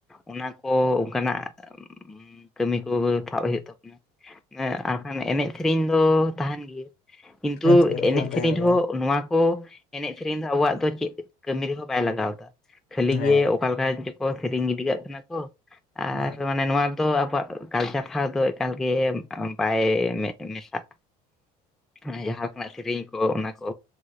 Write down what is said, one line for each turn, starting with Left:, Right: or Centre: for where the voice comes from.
Centre: ᱚᱱᱟ ᱠᱚ ᱚᱱᱠᱟᱱᱟᱜ ᱩᱸ ᱠᱟᱹᱢᱤ ᱠᱚ ᱛᱷᱟᱵ ᱦᱳᱭᱳᱜ ᱛᱟᱵᱚᱱᱟ ᱟᱠᱷᱟᱱ ᱮᱱᱮᱡ ᱥᱮᱨᱮᱧ ᱫᱚ ᱛᱟᱦᱮᱱ ᱜᱮᱭᱟ ᱠᱤᱱᱛᱩ
Left: ᱦᱮᱸ ᱛᱚ ᱠᱟᱛᱷᱟ
Centre: ᱮᱱᱮᱡ
Left: ᱠᱟᱱ
Centre: ᱥᱮᱨᱮᱧ
Left: ᱛᱟᱦᱮᱱ ᱜᱮᱭᱟ
Centre: ᱨᱮᱦᱚᱸ ᱱᱚᱣᱟ ᱠᱚ ᱮᱱᱮᱡ ᱥᱮᱨᱮᱧ ᱫᱚ ᱟᱵᱚᱣᱟᱜ ᱫᱚ ᱪᱮᱫ ᱠᱟᱹᱢᱤ ᱨᱮᱦᱚᱸ ᱵᱟᱭ ᱞᱟᱜᱟᱣ ᱫᱟ ᱠᱷᱟᱹᱞᱤ
Left: ᱦᱮᱸ
Centre: ᱜᱮ ᱚᱠᱟ ᱛᱟᱦᱮᱱ ᱡᱚᱠᱚ ᱥᱮᱨᱮᱧ ᱜᱤᱰᱤ ᱠᱟᱜ ᱠᱟᱱᱟ ᱠᱚ ᱟᱨ
Left: ᱦᱮᱸ
Centre: ᱢᱟᱱᱮ ᱱᱚᱣᱟ ᱫᱚ ᱟᱵᱚᱣᱟᱜ ᱠᱟᱞᱪᱟᱨ ᱥᱟᱣ ᱫᱚ ᱮᱠᱟᱞ ᱜᱮ ᱵᱟᱭ ᱢᱮᱥᱟᱜ᱾ ᱚᱱᱮ ᱡᱟᱦᱟᱸ ᱠᱚᱱᱟᱜ ᱥᱮᱨᱮᱧ ᱠᱚ ᱚᱱᱟ ᱠᱚ